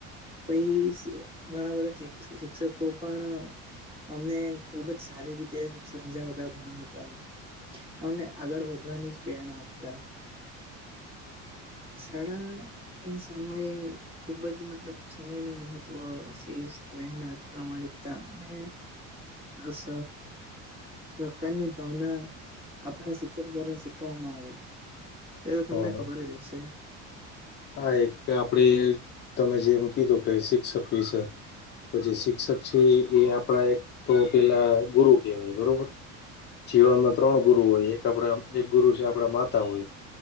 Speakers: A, on the right; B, on the left.
A: પછી ઘણા બધા શિક્ષકો પણ અમને ખુબ જ સારી રીતે સમજાવતા ભણાવતા અમને આગળ વધવાની જ પ્રેરણા આપતા સાળા ની સમયે ખુબ જ મતલબ સમય નું મહત્વ શિસ્ત, મહેનત, પ્રામાણિકતા અને સ સહ સહકારની ભાવના આપણે શિક્ષક દ્વારા શીખવામાં આવે એતો
B: હ
A: તમને ખબર જ હશે
B: હા એક આપડે તમે જેમ કીધું કે શિક્ષક વિશે તો જે શિક્ષક છે એ આપડા એક તો પેલા ગુરુ કેહેવાય બરોબર. જીવનમાં ત્રણ ગુરુ હોય એક આપણા એક ગુરુ છે આપડા માતા હોય.